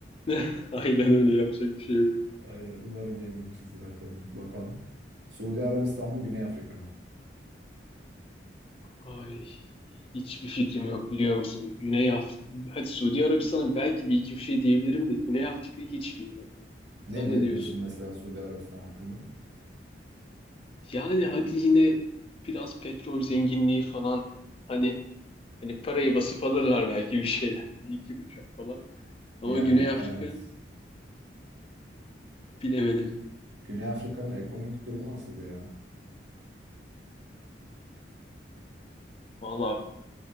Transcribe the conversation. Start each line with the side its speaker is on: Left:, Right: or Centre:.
Left: <laughs> Aynen öyle yapacak bir şey yok.
Right: Aynen. Umarım yememişizdir haklarını. Bakalım. Suudi Arabistan mı Güney Afrika mı?
Left: Ay hiçbir fikrim yok biliyor musun? Güney Afrika, hadi Suudi Arabistan'a belki bir iki bir şey diyebilirim de Güney Afrika'yı hiç bilmiyorum.
Right: Ne
Left: Sen
Right: diyebilirsin
Left: ne diyorsun?
Right: mesela Suudi Arabistan hakkında?
Left: Yani hadi yine biraz petrol zenginliği falan hani hani parayı basıp alırlar belki bir şeyler. <laughs> Bir iki uçak falan. Ama
Right: Yani
Left: Güney Afrika
Right: evet.
Left: bilemedim.
Right: Güney Afrika'nın ekonomik durumu nasıldı ya?
Left: Vallahi